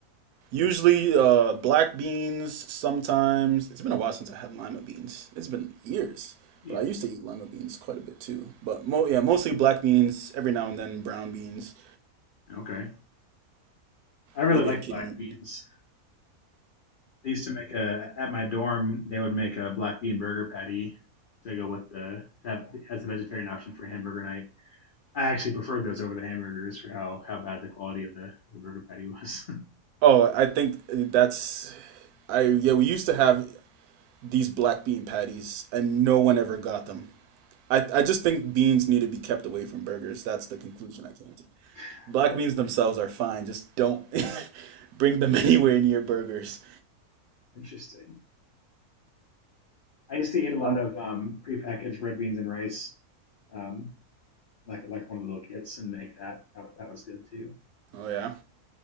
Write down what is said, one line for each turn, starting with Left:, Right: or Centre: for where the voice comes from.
Right: Usually uh, black beans. Sometimes it's been a while since I had lima beans. It's been years,
Left: Ew.
Right: but I used to eat lima beans quite a bit too. But mo yeah, mostly black beans. Every now and then brown beans.
Left: Okay. I really
Right: Maybe
Left: like
Right: a kidney.
Left: black beans. They used to make a at my dorm. They would make a black bean burger patty to go with the that as a vegetarian option for hamburger night. I actually preferred those over the hamburgers for how how bad the quality of the, the burger patty was.
Right: Oh, I think that's I yeah. We used to have these black bean patties, and no one ever got them. I I just think beans need to be kept away from burgers. That's the conclusion I came to.
Left: <laughs>
Right: Black
Left: That's
Right: beans
Left: nice.
Right: themselves are fine. Just don't <laughs> bring them anywhere near burgers.
Left: Interesting. I used to eat a lot
Right: Um,
Left: of um, prepackaged red beans and rice, um, like like one of the little kits, and make that. That, that was good too.
Right: oh yeah.